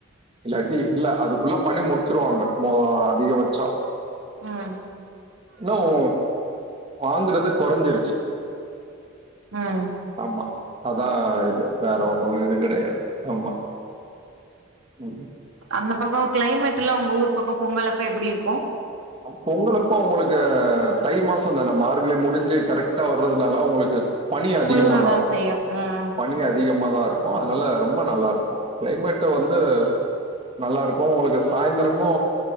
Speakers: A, on the right (about 30°); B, on the right (about 80°).
A: இல்லாட்டி இல்ல அதுக்குள்ள பண்ணி முடிச்சிருவாங்க மொ அதிகபட்சம்
B: ம்
A: இன்னவோ வாங்கறது கொறஞ்சிருச்சு
B: அ
A: ஆமா அதா இது வேற ஒண்ணு இது கெடையாது ஆமா ம்
B: அந்த பக்கம் க்ளைமேட் எல்லா உங்க ஊர் பக்கம் பொங்கல்ப்ப எப்பிடி இருக்கூ
A: பொங்கலப்ப உங்களுக்கு தை மாசந்தான மார்கழி முடிஞ்சு கரெக்டா வர்றதுனால உங்களுக்கு பனி அதிகமா
B: குளுரதா
A: தா இருக்கூ
B: செய்யு ம்
A: பனி அதி அதிகமாதா இருக்கூ அதனால ரொம்ப நல்லா இருக்கூ க்ளைமேட்டு வந்து நல்லா இருக்கூ உங்களுக்கு சாய்ந்தரமு